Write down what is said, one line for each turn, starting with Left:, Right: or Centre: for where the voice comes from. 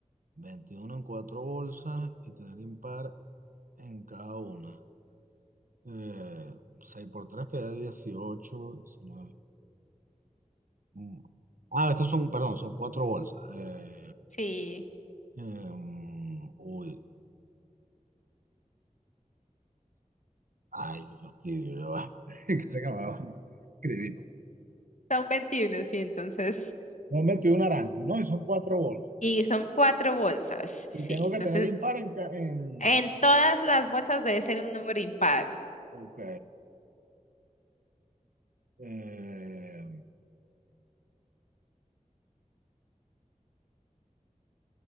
Right: veintiuno en cuatro bolsas y tener impar en cada una. Eh, 6 por 3 te da 18 19. Mm. Ah, estos son, perdón, son cuatro bolsas. Eh,
Left: sí.
Right: eh, mm, uy, ay, qué fastidio, ya va. <laughs> Sé que me va a escribir.
Left: Son 21, sí, entonces
Right: Son 21 naranjas, ¿no? Y son cuatro bolsas.
Left: Y son cuatro bolsas, sí.
Right: Y tengo que
Left: Entonces,
Right: tener impar en... ca- en
Left: en todas las bolsas debe ser un número impar.
Right: ok. eh,